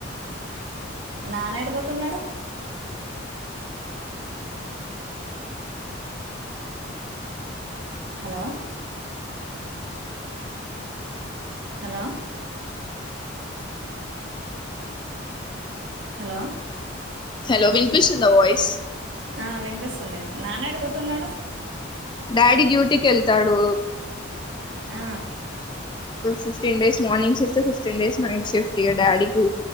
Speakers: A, on the right; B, on the left.
A: నానా ఎడిపోతున్నాడు హలో హలో హలో
B: హలో వినిపిస్తుందా వాయిస్
A: ఆ వినిపిస్తుంది నాన్నాడ పోతున్నాడు
B: డాడీ డ్యూటీకి యెళ్తాడు
A: ఆ
B: fifteen days morning shift fifteen days night shift ఇగ డాడీకి